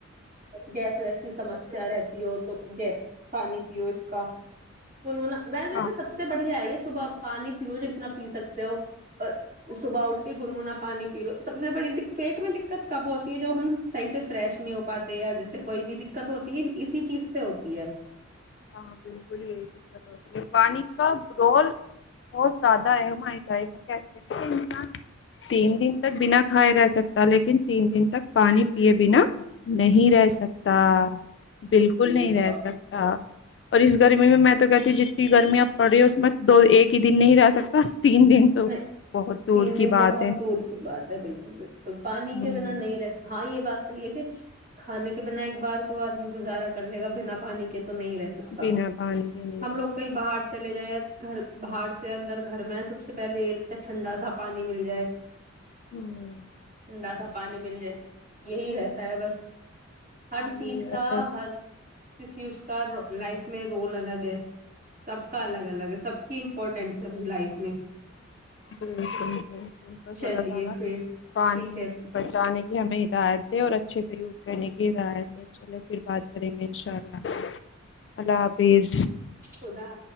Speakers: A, on the right; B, on the left.
A: گیس ویس کی سمسیا رہتی ہو تو گ پانی پیو اس کا گننا میں ویسے
B: ہاں
A: سب سے بڑھیا ہے یہ صبحپ پانی پیو جتنا پی سکتے ہو اور صبح اٹھ کے گنگنا پانی پی لو سب سے بڑی پیٹ میں دقت کب ہوتی ہے جب ہم صحیح سے فریش نہیں ہو پاتے جیسے کوئی بھی دقت ہوتی ہے اسی چیز سے ہوتی ہے
B: ہاں بالکل یہی دقت ہوتی ہے پانی کا رول بہت زیادہ ہے ہماری کہتے کہ انسان تین دن تک بنا کھائے رہ سکتا لیکن تین دن تک پانی پیئے بنا نہیں رہ سکتا بالکل نہیں
A: یہ
B: رہ
A: تو آپ
B: سکتا اور اس گرمی میں تو کہتی ہوں جتنی گرمی آپ پڑ رہی ہو اس میں دو ایک ہی دن نہیں رہ سکتا تین دن تو
A: نہیں
B: بہت دور
A: تین
B: کی
A: دن
B: بات
A: تو بہت
B: ہے
A: دور کی بات ہے بالکل بالکل پانی
B: ہ
A: کے بنا نہیں رہس ہاں یہ بات حی ہے کہ کھانے کے بنا ایک بار کو آدمی گزارا کر لے گا بنا پانی کے تو نہیں رہ سکتا
B: بنا پانی کے نہیں
A: ہم
B: رہ
A: لوگ
B: سکتا
A: کہیں باہر چلے جائیں گھر باہر سے اندر گھر میں سب سب سے پہلے یہ لگتا ہے ٹھنڈا سا پانی مل جائے
B: ہوں <unintelligible>
A: ٹنڈا سا پانی مل جائے گی یہی رہتا ہے بس ہر
B: ہاں یہی
A: چیز
B: رہتا
A: کا
B: ہے
A: ہر
B: بس
A: کسی اس کا لائف میں رول الگ ہے سب کا الگ الگ ہے سب کی امپورٹینٹ ہے ب لائف میں
B: بالکل بالکل بس
A: چلیے
B: اللہ تعالی
A: پھر
B: پانی
A: ٹھیک ہے
B: بچانے کی ہمیں ہدایت دے اور ا اچھے سے یوز کرنے کی ضات ہے چلے پھر بات کریں گے ان شاءلہ چار ل <unintelligible> اللہ حافظ
A: خدا